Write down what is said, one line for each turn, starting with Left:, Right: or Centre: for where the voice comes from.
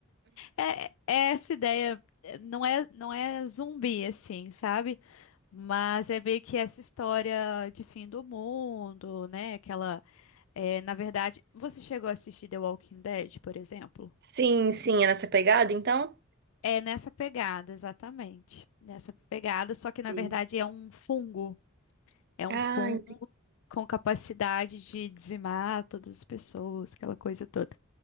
Left: É, é essa ideia, é, não é, não é zumbi assim, sabe? Mas é meio que essa história de fim do mundo, né? Aquela É, na verdade, você chegou a assistir The Walking Dead, por exemplo?
Right: Sim, sim, é nessa pegada, então?
Left: É nessa pegada, exatamente. Nessa pegada, só que na
Right: Sim.
Left: verdade é um fungo. É um
Right: Ah,
Left: fungo
Right: entendi.
Left: com capacidade de dizimar todas as pessoas, aquela coisa toda.